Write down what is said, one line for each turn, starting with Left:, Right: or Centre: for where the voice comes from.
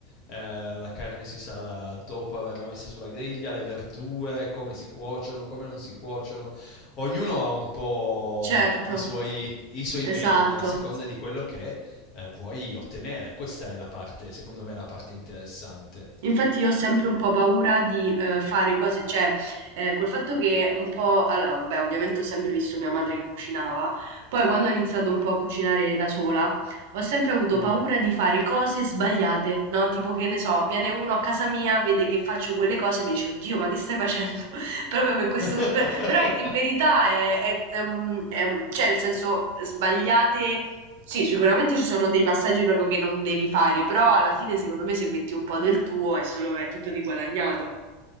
Left: eh, la carne si sala dopo averla messa sulla griglia, le verdure, come si cuociono, come non si cuociono. Ognuno ha un po'
Right: certo,
Left: i suoi, i suoi
Right: esatto.
Left: metodi a seconda di quello che eh, vuoi ottenere. Questa è la parte, secondo me, la parte interessante.
Right: Infatti io ho sempre un po' paura di eh, fare cose, cioè eh, col fatto che un po', allora vabbè ovviamente ho sempre visto mia madre che cucinava, poi quando ho iniziato un po' a cucinare da sola ho sempre avuto
Left: Mm.
Right: paura di fare cose sbagliate, no? Tipo che ne so, viene uno a casa mia, vede che faccio quelle cose e mi dice oddio ma che stai facendo? <laughs> Proprio per questo,
Left: <laughs>
Right: per- però in verità è, è- è un- è un- cioè nel senso sbagliate sì, sicuramente ci sono dei passaggi proprio che non devi fare, però alla fine secondo me se metti un po' del tuo è solo, è tutto di guadagnato.